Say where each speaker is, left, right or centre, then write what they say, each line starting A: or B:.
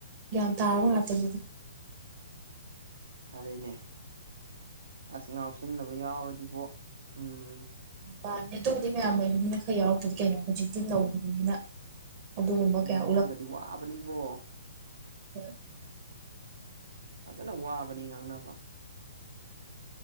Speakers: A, on the right; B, on the right.
A: ꯒ꯭ꯌꯥꯟ ꯇꯥꯔꯕ ꯉꯥꯛꯇꯅꯤꯗ
B: ꯐꯔꯦꯅꯦ ꯑꯁ ꯉꯥꯎꯁꯤꯟꯅꯕ ꯌꯥꯎꯔꯗꯤꯕꯣ ꯎꯝ
A: ꯃꯥꯟꯅꯦ ꯑꯗꯨꯕꯨꯗꯤ ꯃꯌꯥꯝ ꯂꯩꯕꯅꯤꯅ ꯈꯔ ꯌꯥꯎꯔꯛꯇꯗꯤ ꯀꯩꯅꯣ ꯍꯧꯖꯤꯛꯇꯤ ꯅꯧꯔꯤꯕꯅꯤꯅ ꯑꯗꯨꯒꯨꯝꯕ
B: ꯉꯥꯡꯅꯕꯗꯤ
A: ꯀꯌꯥ
B: ꯋꯥꯕꯅꯤꯕꯣ
A: ꯎꯝ <unintelligible>
B: ꯐꯖꯅ ꯋꯥꯕꯅꯤ ꯉꯥꯡꯅꯕ